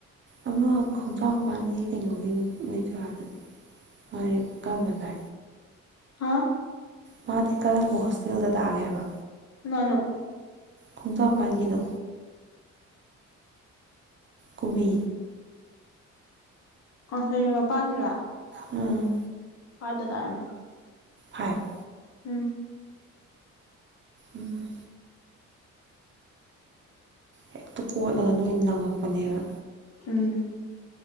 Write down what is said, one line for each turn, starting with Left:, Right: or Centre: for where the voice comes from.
Right: ꯑꯃ ꯈꯣꯡꯆꯥꯡ ꯃꯄꯥꯟꯗꯤ ꯀꯩꯅꯣꯒꯤꯅꯤ ꯕꯤꯖꯣꯔꯥꯗꯗꯤ ꯍꯣꯏꯀꯗꯥ
Left: ꯍꯥ
Right: ꯃꯥꯗꯤ ꯀꯔꯝꯕ ꯍꯣꯁꯇꯦꯜꯗ ꯇꯥꯛꯑꯒꯦ ꯍꯥꯏꯕ
Left: ꯅꯅꯣ
Right: ꯈꯣꯡꯖ ꯄꯥꯟꯒꯤꯗꯣ ꯀꯕꯤ
Left: ꯑꯁ ꯃ ꯄꯥꯟꯅꯤꯔ
Right: ꯎꯝ
Left: ꯄꯥꯇ ꯇꯥꯔ
Right: ꯐꯥꯏꯚ
Left: ꯎꯝ
Right: ꯎꯝ ꯍꯦꯛꯇ ꯀꯣꯠꯂꯒ ꯅꯣꯏ ꯂꯪꯉꯛꯄꯅꯦꯕ
Left: ꯎꯝ